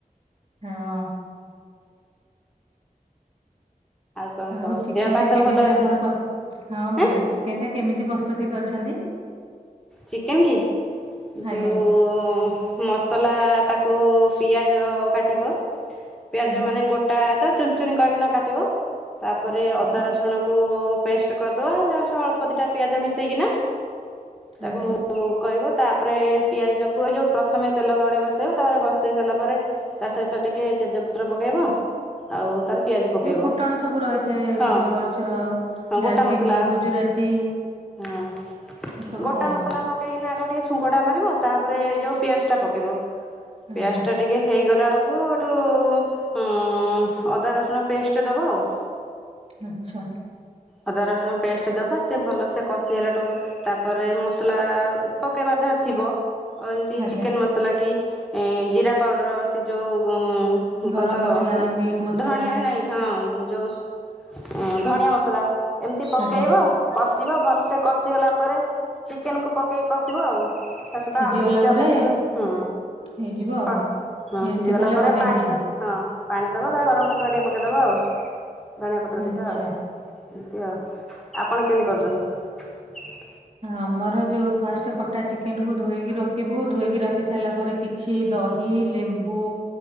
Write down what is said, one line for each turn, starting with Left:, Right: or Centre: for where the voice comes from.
Right: ହଁ।
Centre: କଣ
Right: ଆଉ
Centre: ଖବର
Right: ଚିକେନ
Centre: ଦେହ ପା
Right: ଟା
Centre: ସବୁ
Right: କେମିତି
Centre: ଭଲ
Right: ଆପଣ
Centre: ଅଛି?
Right: କ ହଁ ଭଲ
Centre: ଆଁ
Right: ଚିକେନ ଟା କେମିତି ପ୍ରସ୍ତୁତି କରିଛନ୍ତି?
Centre: ଚିକେନ କି ଯଉ
Right: ଆଜ୍ଞା
Centre: ମସଲା ତାକୁ କୁ ପିଆଜ କାଟିବ ପିଆଜ
Right: ହୁଁ
Centre: ମାନେ ଗୋଟା ତା ଚୁନ ଚୁନି କରକିନା କାଟିବ ।ତାପରେ ଅଦା
Right: ହୁଁ
Centre: ରସୁଣକୁ ପେଷ୍ଟ କରିଦବା ପେଷ୍ଟ ଅଳ୍ପ ଦିଟା ପିଆଜ ମିଶେଇକିନା ତାକୁ
Right: ଆଜ୍ଞା।
Centre: କରିବ ତାପରେ ପିଆଜକୁ ଏ ଯଉ ପ୍ରଥମେ ତେଲ କଡ଼େଇ ବସେଇବ ତାପରେ ବସେଇ ସାରିଲା ପରେ ତା ସହିତ ଟିକେ ତେଜପତ୍ର ପକେଇବ ଆଉ ତାର ପିଆଜ ପକେଇବ
Right: ଯୋଉ ଫୁଟଣ ସବୁ ରହିଥାଏ
Centre: ହଁ
Right: ଗୋଲମରିଚ,
Centre: ହଁ ଗୋଟା
Right: ଡାଲଚିନ୍,
Centre: ମସଲା
Right: ଗୁଜୁରାତି
Centre: ହଁ ଗୋ
Right: ଏସବୁ
Centre: ଗୋଟା
Right: ଥାଏ
Centre: ମସଲା ପକେଇକିନା ଆଗ ଟିକେ ଛୁଙ୍କଟା ମାରିବ ତାପରେ ଯଉ ପିଆଜଟା ପକେଇବ।
Right: ଆଜ୍ଞା
Centre: ପିଆଜ ଟା ଟିକେ ହେଇଗ ଗଲା ବେଳକୁ ଏଠୁ ଉଁ ଅଦା, ରସୁଣ ପେଷ୍ଟ ଦବ ଆଉ।
Right: ଆଚ୍ଛା!
Centre: ଅଦା ରସୁଣ ପେଷ୍ଟ ଦବ ସିଏ ଭଲସେ କଷି ହେଲାଠୁ ତାପରେ ମ ମସଲା ପକେଇବାର ଯାହା ଥିବ ଏମିତି
Right: ଆଜ୍ଞା
Centre: ଚିକେନ ମସଲା କି ଏ ଜିରା ପାଉଡର ସେ ଯୋଉ ଗୁଁ
Right: ଗରମ
Centre: କଣ ତ
Right: ମସଲା
Centre: ଉଁ
Right: ମିଟ୍ ମସଲା
Centre: ଧଣିଆ ନାଇଁ ହଁ, ଯଉ ଉଁ ଧନିଆ ମସଲା ମ ଲା ଏମିତି ପକେଇବ
Right: ଆଜ୍ଞା
Centre: କଷିବ ଭଲସେ କଷିଗଲା ପରେ ଚିକେନକୁୁ ପକେଇକି କଷିବ ଆଉ ତା ସହିତ
Right: ସିଝି
Centre: ଆଳୁ
Right: ଗଲା
Centre: ଦିଟା
Right: ପରେ
Centre: ପକେଇଦବ ହୁଁ।
Right: ହେଇଯିବ ଆଉ
Centre: ହଁ,
Right: ଏମିତି
Centre: ସିଝି ଗଲା
Right: ତାହେଲେ
Centre: ପରେ
Right: ବନେଇଥିଲ
Centre: ପାଣି ଦ ହଁ, ପାଣି ଦବ ତାପରେ ଗରମ ମସଲା ଟିକେ ପକେଇଦବ ଆଉ। ଧଣିଆ ପତ୍ର ଦିଟା
Right: ଆଚ୍ଛା।
Centre: ଆଉ ଏମିତି ଆଉ ଆପଣ କେମତି କରୁଚନ୍ତି?
Right: ହଁ, ଆମର ଯୋଉ ଫାଷ୍ଟ କଟା ଚିକେନକୁୁ ଧୋଇକି ରଖିବୁ। ଧୋଇକି ରଖି ସାରିଲା ପରେ କିଛି ଦହି ଲେମ୍ବୁ